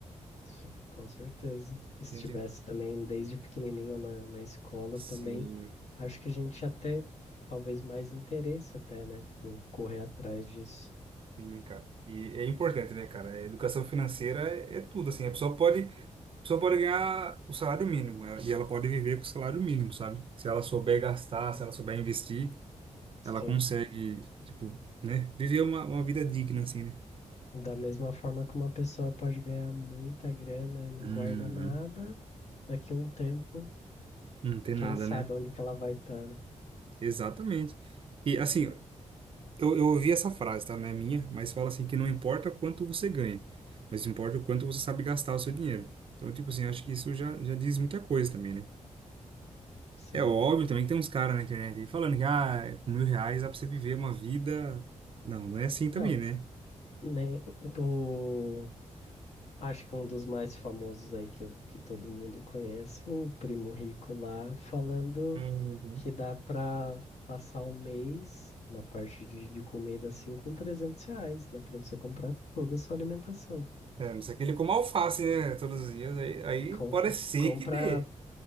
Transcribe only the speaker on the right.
A gente,
sim.
Sim, cara. E é importante, né, cara? A educação financeira é, é tudo, assim. A pessoa pode, a pessoa pode ganhar o salário mínimo ela- e ela pode viver com o salário mínimo, sabe? Se ela souber gastar, se ela souber investir,
ela consegue, tipo, né, viver uma, uma vida digna, assim, né?
Uhum.
Não tem nada,
né?
Exatamente. E assim, eu, eu ouvi essa frase, tá? Não é minha, mas fala assim que não importa quanto você ganha, mas importa o quanto você sabe gastar o seu dinheiro. Então, tipo assim, acho que isso já, já diz muita coisa também, né?
É óbvio também que tem uns caras na internet aí falando que, ah, com mil reais dá pra você viver uma vida. Não, não é assim também,
né?
Uhum.
É, mas é aquele como alface, né? Todos os dias, aí, aí
pode ser
que dê.